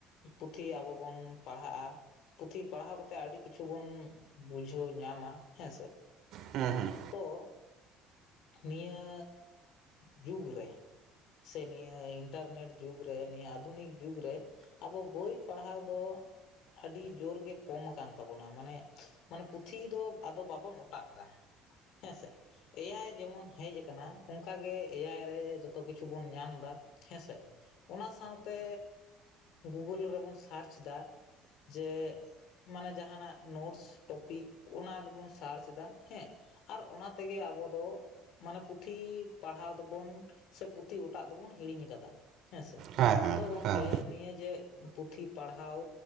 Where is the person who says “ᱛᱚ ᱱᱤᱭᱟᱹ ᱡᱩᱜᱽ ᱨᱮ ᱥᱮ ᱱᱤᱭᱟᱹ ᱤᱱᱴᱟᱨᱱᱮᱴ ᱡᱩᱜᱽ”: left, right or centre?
Left